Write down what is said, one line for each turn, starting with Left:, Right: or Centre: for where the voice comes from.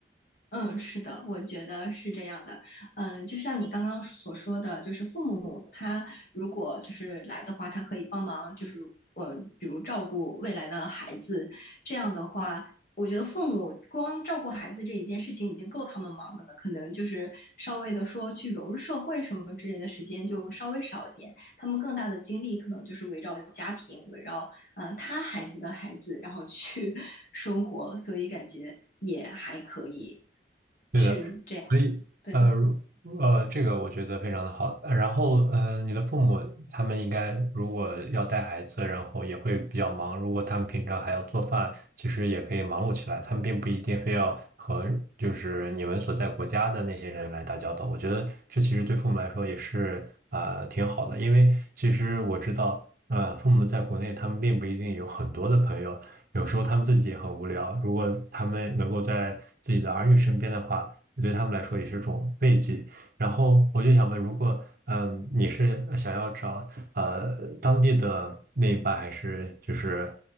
Left: 嗯，是的，我觉得是这样的。嗯，就像你刚刚所说的，就是父母他如果就是来的话，他可以帮忙，就是嗯，比如照顾未来的孩子。这样的话，我觉得父母光照顾孩子这一件事情已经够他们忙的了，可能就是稍微的说去融入社会什么之类的时间就稍微少一点。他们更大的精力可能就是围绕家庭，围绕嗯、呃他孩子的孩子，然后去 <laughs> 生活，所以感觉也还可以。
Right: 对的。
Left: 是这样，
Right: 所以，
Left: 对，
Right: 呃，如呃，这个我觉得非常的好。呃然后，呃，你的父母他们应该如果要带孩子，然后也会比较忙。如果他们平常还要做饭，其实也可以忙碌起来。他们并不一定非要和就是你们所在国家的那些人来打交道。我觉得这其实对父母来说也是呃挺好的，因为其实我知道，呃，父母在国内他们并不一定有很多的朋友，有时候他们自己也很无聊。如果他们能够在自己的儿女身边的话，也对他们来说也是种慰藉。然后我就想问，如果嗯你是呃想要找呃当地的另一半，还是就是